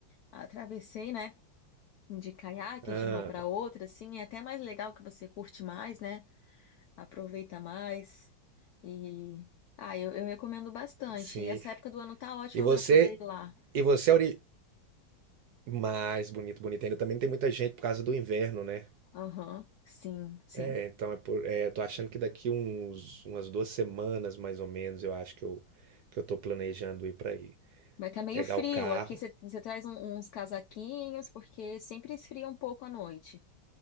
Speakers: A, on the left; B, on the right.
A: atravessei, né? de caiaque
B: Ah,
A: de uma para outra, assim, é até mais legal que você curte mais, né? Aproveita mais. E ah, eu, eu recomendo bastante.
B: sim.
A: E essa época do ano tá ótima
B: E você,
A: para poder ir lá.
B: e você é ori... mais bonito, bonito ainda. Também tem muita gente por causa do inverno, né?
A: Aham, sim, sim.
B: É, então é por, é, tô achando que daqui uns, umas duas semanas, mais ou menos, eu acho que eu, que eu tô planejando ir pra aí.
A: Vai tá meio
B: Pegar
A: frio
B: o carro.
A: aqui. Você você traz um- uns casaquinhos, porque sempre esfria um pouco à noite.